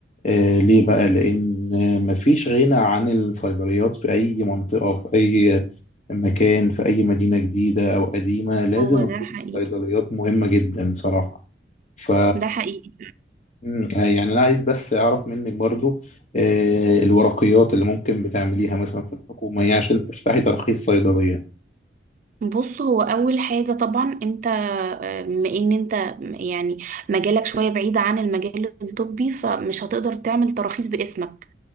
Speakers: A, on the left; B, on the right.
A: آه، ليه بقى؟ لأن مفيش غنى عن الصيدليات في أي منطقة في أي مكان في أي مدينة جديدة أو قديمة لازم
B: هو ده
A: يكون
B: حقيقي
A: الصيدليات مهمة جدا بصراحة ف
B: ده حقيقي
A: مم، آه، يعني أنا عايز بس أعرف منك برضو آه، الورقيات اللي ممكن بتعمليها مثلا في الحكومة يعني عشان تفتحي ترخيص صيدلية
B: بص هو اول حاجه طبعا انت آه، بما ان انت يعني مجالك شويه بعيد عن المجال الطبي فمش هتقدر تعمل تراخيص باسمك